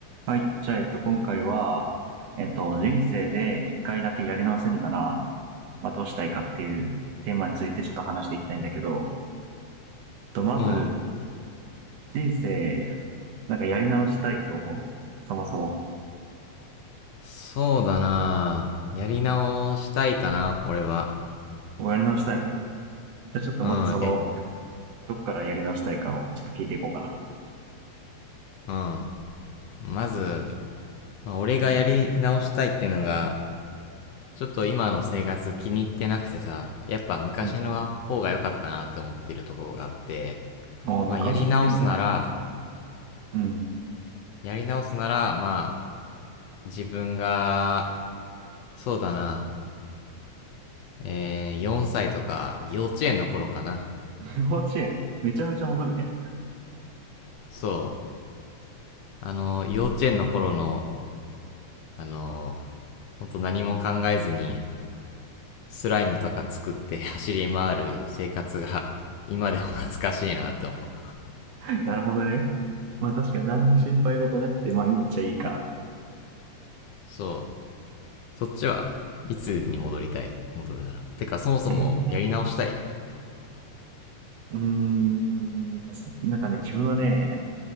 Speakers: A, on the right (about 70°); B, on the left (about 75°).
A: はい。じゃあ、えっと、今回は、えっと、人生で一回だけやり直せるなら、まあ、どうしたいかっていうテーマについてちょっと話していきたいんだけど、とまず、
B: うん。
A: 人生、なんかやり直したいと思う。そもそも。
B: そうだなやり直したいかな、俺は。
A: もうやり直したい。じゃあ、ちょっとまずその、
B: うん、え、
A: どっからやり直したいかをちょっと聞いていこうかな。
B: うん。まず、まあ俺がやり直したいってのが、ちょっと今の生活気に入ってなくてさ、やっぱ昔の方が良かったなって思ってるところがあって、
A: うん。お昔っていうのは、
B: まあやり直すなら、
A: うん。
B: やり直すなら、まあ、自分が、そうだな、えー、4歳とか幼稚園の頃かな。
A: <laughs> 幼稚園。めちゃめちゃ戻るね。
B: そう。あの、幼稚園の頃のあのー、本当何も考えずに、スライムとか作って走り回る生活が、今でも懐かしいなって思う。
A: <laughs> なるほどね。まあ、確かに何も心配事なくて、まあ、いいっちゃいいか。
B: そう。そっちはいつに戻りたい戻るなら。てか、そもそもやり直したい
A: ええー。うーん。なんかね、自分はね、